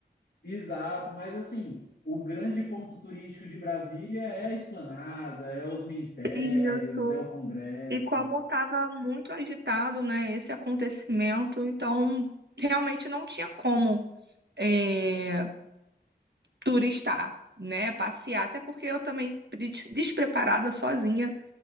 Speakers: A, on the left; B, on the right.
A: Exato, mas assim, o grande ponto turístico de Brasília é a Esplanada, é os ministérios,
B: Isso.
A: é o Congresso.
B: E como estava muito agitado, né, esse acontecimento, então realmente não tinha como é, turistar, né, passear. Até porque eu também, des- despreparada, sozinha,